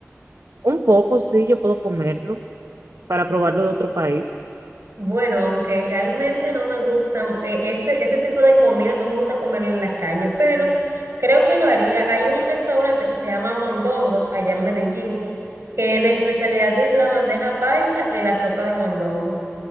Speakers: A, on the right (about 75°); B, on the right (about 55°).
A: un poco, sí, yo puedo comerlo para probarlo de otro país.
B: Bueno, aunque realmente no me gustan, e- ese, ese tipo de comida no me gusta comer en la calle, pero creo que lo haría. Hay un restaurante que se llama Mondongos allá en Medellín, que la especialidad es la bandeja paisa y la sopa de mondongo.